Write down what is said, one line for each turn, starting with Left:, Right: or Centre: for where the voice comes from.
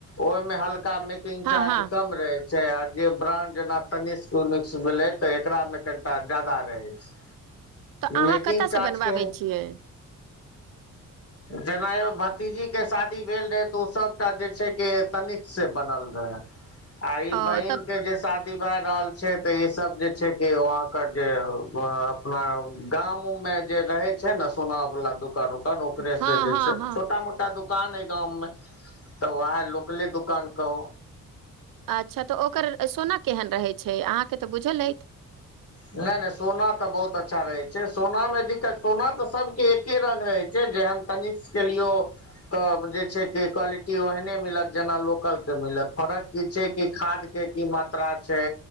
Left: ओहिमे हल्का ा मेकिंग
Right: हँ
Left: चार्ज
Right: हँ
Left: कम रहै छै आ जे ब्रां्ड जेना तनिष यूनिक्स भेलै तऽ एकरा मे कनिटा जादा रहै छै।
Right: तऽ अहाँ
Left: मेकिंग
Right: कता सँ
Left: चार्ज
Right: बनवाबै
Left: के
Right: छियै।
Left: जेना एो भतीजी के शादी भेल रहै तऽ ओ सभटा जे छै कि तनिकसँ बनल रहए। आर
Right: ओ
Left: ई बहिन
Right: तब
Left: के जे सा भए रहल छै तऽ ई सब जे छै कि वहाँ के जे अपना गाम उम मे जे रहय छै न सुोनार वाला दूकान उकान ओकर से
Right: हँ
Left: भेल
Right: हँ
Left: छै,
Right: हँ
Left: छोटा मोटा दु दकान हइ गाम मे तऽ उएह लोकले दुकान कहु।
Right: अच्छा तऽ ओकर सोना केहन रहै छै अहाँके तऽ बुझल अछि।
Left: नहि नहि सोना तऽ बहुत अच्छा रहैत छै सोना मे दिक्कत सोना तऽ सभके एके रङ्ग रहैत छै, जेहन तनिक के लियौ तऽ जे छै कि क्वालिटी ओहने मिलत जेना लोकल के मिलत, फर्क की छै कि खादके की मात्रा छै